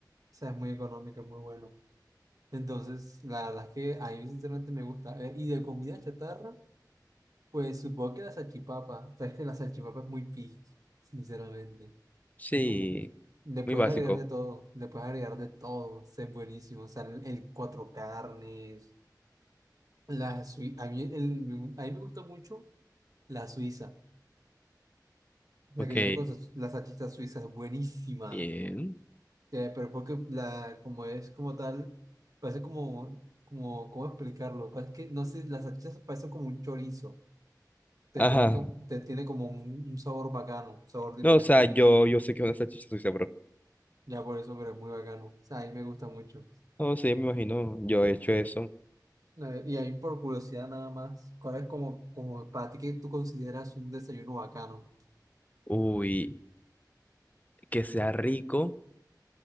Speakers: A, on the right (about 55°); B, on the left (about 20°).
A: sea, es muy económico, es muy bueno. Entonces, la verdad es que a mí sinceramente me gusta. Eh, y de comida chatarra, pues supongo que la salchipapa. Pero es que la salchipapa es muy picky, sinceramente.
B: sí,
A: Es como, le puedes
B: muy básico.
A: agregar de todo, le puedes agregar de todo. o sea, Es buenísimo. O sea, el, el cuatro carnes, la suiza. A mí, el, me gu- a mí me gusta mucho la suiza. La
B: Ok,
A: que viene con sa- la salchicha suiza es buenísima.
B: bien.
A: Eh, pero porque la, como es como tal, parece como, como, ¿cómo explicarlo? Parece que, no sé, las salchichas parecen como un chorizo, te
B: Ajá,
A: tiene, co- te tiene como un, un sabor bacano, un sabor diferente,
B: no, o sea, yo, yo sé que es una salchicha sucia, bro.
A: ya por eso, pero es muy bacano, o sea, a mí me gusta mucho.
B: No, sí, me imagino, yo he hecho eso.
A: A ver, y ahí por curiosidad nada más, ¿cuál es como, como para ti que tú consideras un desayuno bacano?
B: Uy, que sea rico.